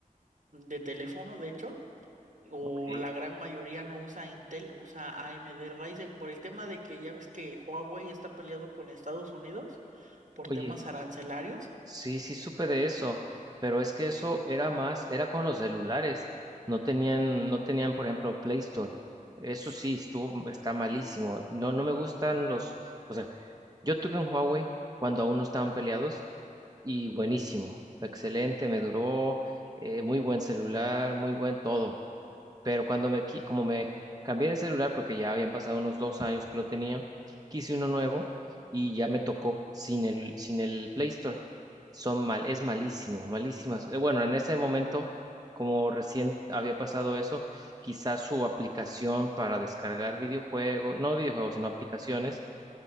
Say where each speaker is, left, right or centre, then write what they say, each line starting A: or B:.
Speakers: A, on the right; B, on the right.
A: de teléfono, de hecho, o
B: Ok.
A: la gran mayoría no usa Intel, usa AMD Ryzen, por el tema de que ya ves que Huawei está peleado con Estados Unidos por
B: Oye,
A: temas arancelarios.
B: sí, sí supe de eso, pero es que eso era más, era con los celulares. No tenían, no tenían, por ejemplo, Play Store. Eso sí, estuvo, está malísimo. No, no me gustan los... O sea, Yo tuve un Huawei cuando aún no estaban peleados y buenísimo, excelente, me duró, eh, muy buen celular, muy buen todo. Pero cuando me, qui- como me cambié de celular, porque ya habían pasado unos dos años que lo tenía, quise uno nuevo y ya me tocó sin el, sin el Play Store. Son mal, es malísimo, malísimas. Eh, bueno, en ese momento, como recién había pasado eso, quizás su aplicación para descargar videojuegos, no videojuegos, sino aplicaciones